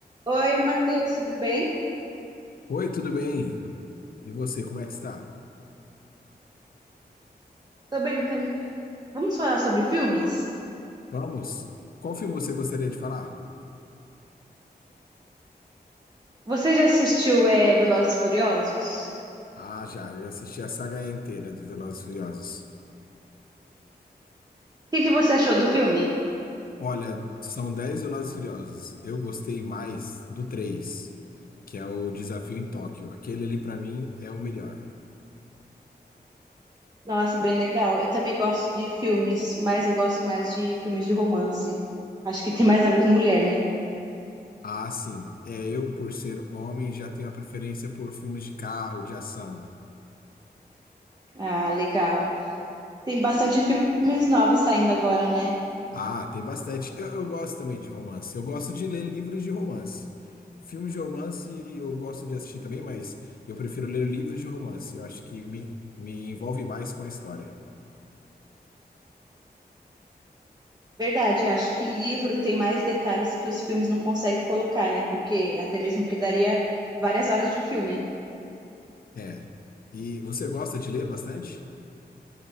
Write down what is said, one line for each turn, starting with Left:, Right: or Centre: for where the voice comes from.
Right: Oi, Matheus, tudo bem?
Left: Oi, tudo bem? E você, como é que está?
Right: Tô bem também. Vamos falar sobre filmes?
Left: Vamos? Qual filme você gostaria de falar?
Right: Você já assistiu é, Velozes e Furiosos? O
Left: Ah, já, eu assisti a saga inteira do Velozes e Furiosos.
Right: que que você achou do filme?
Left: Olha, são 10 Velozes e Furiosos. Eu gostei mais do 3, que é o Desafio em Tóquio. Aquele ali, para mim, é o melhor.
Right: Nossa, bem legal. Eu também gosto de filmes, mas eu gosto mais de filmes de romance. Acho que tem mais a ver com mulher, né?
Left: Ah, sim, é eu, por ser homem, já tenho a preferência por filmes de carro, de ação.
Right: Ah, legal. Tem bastante filmes novos saindo agora, né?
Left: Ah, tem bastante. Eu, eu gosto também de romance. Eu gosto de ler livros de romance. Filmes de romance eu gosto de assistir também, mas eu prefiro ler livros de romance. Eu acho que me, me envolve mais com a história.
Right: Verdade, acho que livro tem mais detalhes que os filmes não conseguem colocar, né? Porque até mesmo que daria várias horas de filme,
Left: É. E você gosta de ler bastante?